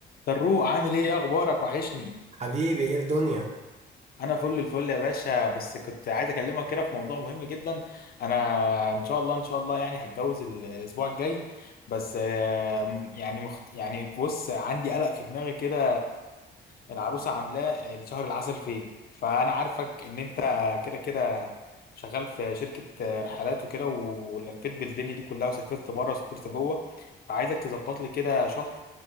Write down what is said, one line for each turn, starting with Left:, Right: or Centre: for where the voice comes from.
Left: فاروق عامل ايه إيه اخبارك وحشني
Right: حبيبي ايه الدنيا
Left: انا فل الفل يا باشا بس كنت عايز اكلمك كده في موضوع مهم جدا انا ان شاء الله ان شاء الله يعني هتجوز ال- الاسبوع الجاي بس آه، م- يعني مخت... يعني بص عندي قلق في دماغي كده العروسه عاملاه الشهر العسل فين فانا عارفك ان انت كده كده شغال في شركة رحلات وكده ولفيت بالدنيا دي كلها وسافرت بره وسافرت جوه فعايزك تظبط لي كده شهر